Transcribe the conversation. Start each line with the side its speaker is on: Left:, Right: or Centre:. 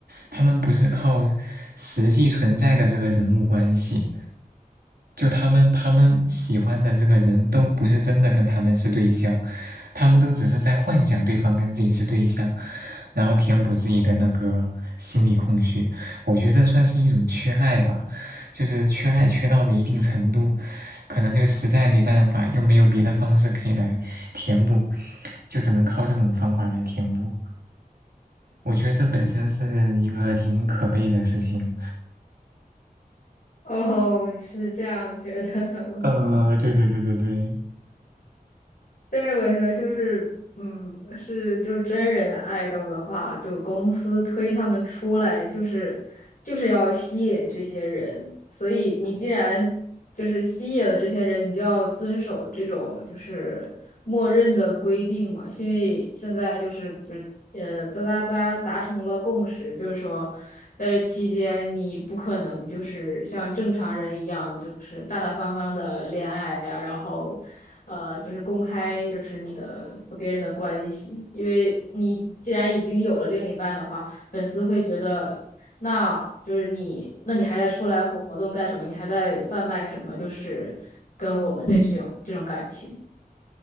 Right: 他们不是靠实际存在的这个人物关系。就他们他们喜欢的这个人都不是真的跟他们是对象，他们都只是在幻想对方跟自己是对象，然后填补自己的那个心理空虚。我觉得这算是一种缺爱吧，就是缺爱缺到了一定程度，可能就实在没办法，又没有别的方式可以来填补，就只能靠这种方法来填补。我觉得这本身是一个挺可悲的事情。
Left: <laughs> 哦，你是这样觉得的吗？
Right: 呃，对对对对对，
Left: 但是我觉得就是，嗯，是就是真人爱豆的话，就公司推他们出来，就是就是要吸引这些人。所以你既然就是吸引了这些人，
Right: 嗯。
Left: 你就要遵守这种就是默认的规定嘛。因为现在就是就呃，都大家达成了共识，就是说在这期间你不可能就是像正常人一样，就是大大方方的恋爱啊，然后呃，就是公开就是你的和别人的关系，因为你既然已经有了另一半的话，粉丝会觉得。那就是你，那你还在出来活动干什么？你还在贩卖什么？就是跟我们的这种这种感情。